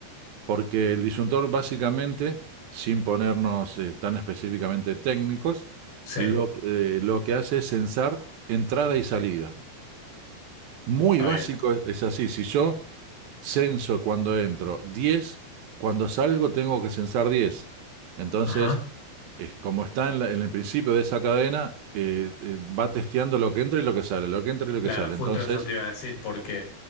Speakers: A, on the right; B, on the left.
A: Porque el disyuntor básicamente, sin ponernos eh, tan específicamente técnicos,
B: Sí,
A: lo, eh, lo que hace es censar entrada y salida. Muy
B: está
A: básico
B: bien.
A: es es así. Si yo censo cuando entro diez cuando salgo tengo que censar diez Entonces,
B: Ajá.
A: es como está en, la- en el principio de esa cadena, eh, eh, va testeando lo que entra y lo que sale, lo que entra y lo
B: Claro,
A: que sale.
B: justo
A: Entonces,
B: eso te iba a decir, porque,